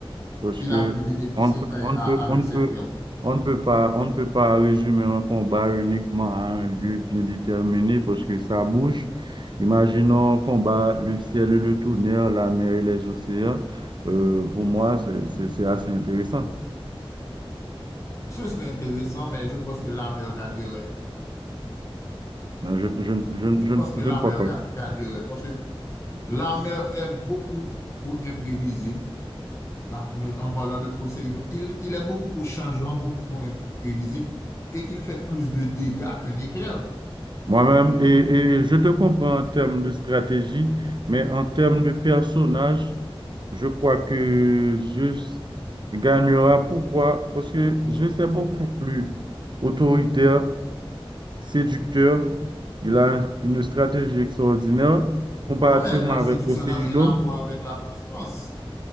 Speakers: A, on the right (about 50°); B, on the left (about 30°).
A: parce
B: qu'il
A: que
B: a pu bénéficier
A: on ne peut,
B: à-
A: on ne peut,
B: à- avec
A: on ne
B: ses
A: peut,
B: frères.
A: on ne peut pas, on ne peut pas résumer un combat uniquement à un lieu bien déterminé parce que ça bouge. Imaginons un combat, le ciel et le tonnerre, la mer et les océans. Euh, pour moi, c'est c'est- c'est assez intéressant.
B: Ce serait intéressant, mais je pense que la mère gagnerait.
A: Non, je, je- je-
B: Je
A: je
B: pense
A: ne
B: que la
A: je ne crois
B: mère
A: pas.
B: ga- gagnerait, parce que la mère est beaucoup trop imprévisible. Là, en parlant de Poséidon, il, il est beaucoup trop changeant, beaucoup trop imprévisible et il fait plus de dégâts qu'un éclair.
A: Moi-même, et, et je te comprends en termes de stratégie, mais en termes de personnage, je crois que Zeus gagnera. Pourquoi? Parce que Zeus est beaucoup plus autoritaire, séducteur. Il a une stratégie extraordinaire comparativement
B: Non, mais la
A: avec
B: séduction
A: Poséidon.
B: n'a rien à voir avec la puissance.